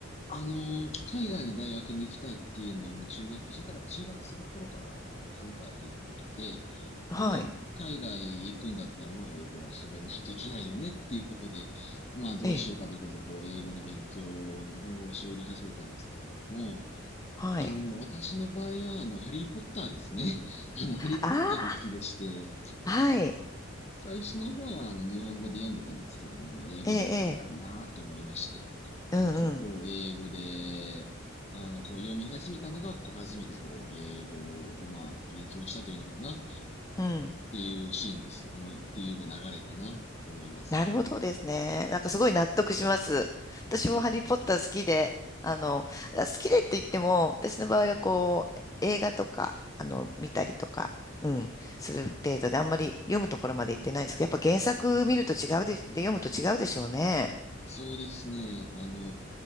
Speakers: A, on the left; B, on the left.
A: あの、海外の大学に行きたいっていうのは、まあ、中学時代、中学生の頃からあの考えていたことで、
B: はい。
A: まあ、海外行くんだったら、まあ、英語は喋んないといけないよねっていうことで、まあ、どうしようかということで、
B: ええ。
A: こう、英語の勉強、日本語を入れ始めたんですけれども、
B: はい。
A: あの、私の場合は、あの、ハリー・ポッターですね。<laughs> あの、ハリー・
B: あ
A: ポッターが好きでして、
B: あ、はい。
A: 最初の方は、あの、日本語で読んでたんですけれども、まあ、英語でも読みたいなーって思いまして、
B: ええ、ええ。うん、
A: で、こう、
B: うん。
A: 英語で、あの、こう、読み始めたのが、こう、初めて、こう、英語を、まあ、勉強したというのかな、っ
B: うん。
A: ていうシーンです。あの、っていう、まあ、流れかな、って思います。
B: なるほどですね。なんかすごい納得します。私もハリー・ポッター好きで、あの、あ好きでって言っても、私の場合はこう、映画とか、あの、見たりとか、うん、する程度で、あんまり読むところまで行ってないんですけど、やっぱ原作見ると違うで、で読むと違うでしょうね。
A: そうですね、あの、